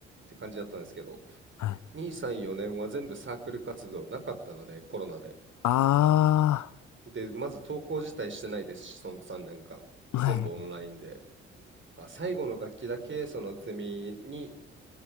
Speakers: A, on the right (about 35°); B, on the left (about 55°).
A: て感じだったんですけど
B: はい
A: 2、3、4年は全部サークル活動なかったのでコロナで
B: あ
A: でまず登校自体してないですしその3年間全部オンラインで
B: あ、はい。
A: まあ最後の学期だけそのゼミに